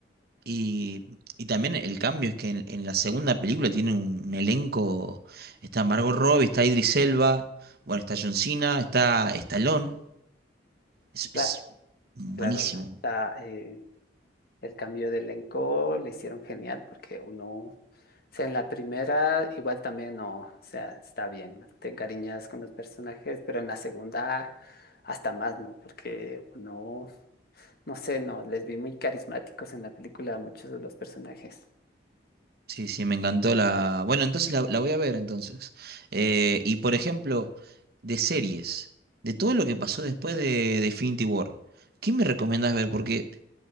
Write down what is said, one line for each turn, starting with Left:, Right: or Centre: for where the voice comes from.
Right: Y, y también el cambio es que en, en la segunda película tiene un, un elenco. Está Margot Robbie, está Idris Elba, bueno, está John Cena, está Stallone. Es,
Left: Cla-
Right: es buenísimo.
Left: claro, la, la, eh, El cambio de elenco le hicieron genial porque uno, o sea, en la primera igual también no, o sea, está bien, te encariñas con los personajes, pero en la segunda hasta más, ¿no? Porque uno, no sé, no, les vi muy carismáticos en la película a muchos de los personajes.
Right: Sí, sí, me encantó la. Bueno, entonces la, la voy a ver entonces. Eh, y por ejemplo, de series, de todo lo que pasó después de, de Infinity War, ¿qué me recomendás ver? Porque